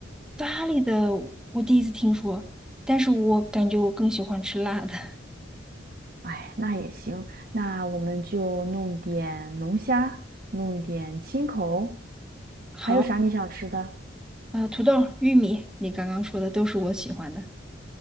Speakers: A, in the centre; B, on the right.
A: 咖喱的，我第一次听说，但是我感觉我更喜欢吃辣的。<laughs>
B: 哎，那也行，那我们就弄点龙虾，弄一点青口，
A: 好，
B: 还有啥你想吃的？
A: 啊、土豆、玉米，你刚刚说的都是我喜欢的。